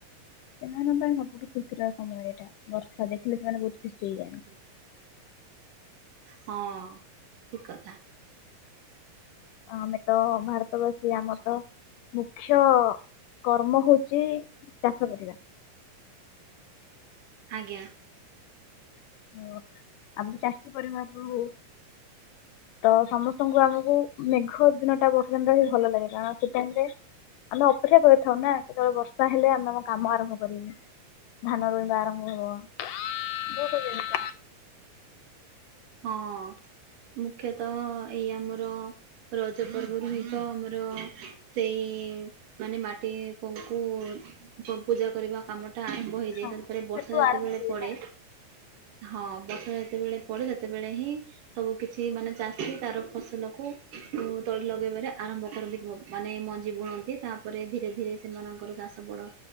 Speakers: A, on the left; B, on the right.
A: ସେମାନଙ୍କ ପାଇଁ ସବୁଠୁ ଖୁସିର ସମୟ ଏଇଟା ବର୍ଷା ଦେଖିଲେ ସେମାନେ ବହୁତ ଖୁସି ହେଇଯାଏନା
B: ହୁଁ। ହଁ ଠିକ କଥା।
A: ଆମେ ତ ଭାରତ ବଷ ସେ ଆମର ତ ମୁଖ୍ୟ କର୍ମ ହଉଚି ଚାଷ କରିବା।
B: ଆଜ୍ଞା।
A: ହ ଆମର ଚାଷୀ ପରିବାର ରୁ ତ ସମସ୍ତଙ୍କୁ ଆମକୁ। ମେଘ ଦିନ ଟା ବର୍ଷା <unintelligible> ଭଲ ଲାଗେ କାରଣ ସେ ଟାଇମରେ ଆମେ ଅପେକ୍ଷା କରିଥାଉ ନା କେତେବେଳେ ବର୍ଷା ହେଲେ ଆମେ ଆମ କାମ ଆରମ୍ଭ କରିବୁ ଧାନ ରୋଇବା ଆରମ୍ଭ ହବ। <inaudible>
B: ହଁ ମୁଖ୍ୟତଃ ଏଇ ଆମର। ରଜ ପର୍ବରୁୁ ହିଁ ତ ଆମର ସେଇ। ମାନେ ମାଟି କଙ୍କୁ ପୂଜା କରିବା କାମ ଟା ଆର ମ୍ଭ ହେଇ ଯାଏ
A: ହଁ
B: ତାପରେ ବର୍ଷା
A: ସେଠୁ
B: ଯେତେବେଳେ
A: ଆରମ୍ଭ ହୁଏ
B: ପଡେ
A: ନା
B: ହଁ ବର୍ଷା ଯେତେବେଳେ ପଡେ। ସେତେବେଳେ ହିଁ। ସବୁ କିଛି ମାନେ ଚାଷୀ ତାର ଫସଲ କୁ ତଳି ଲଗେଇବାରେ ଆରମ୍ଭ କରନ୍ତି ପୁଅକୁ। ମାନେ ମଞ୍ଜି ବୁଣନ୍ତି ତାପରେ ଧୀରେ ଧୀରେ ସେମାନଙ୍କର ଚାଷ ବଡ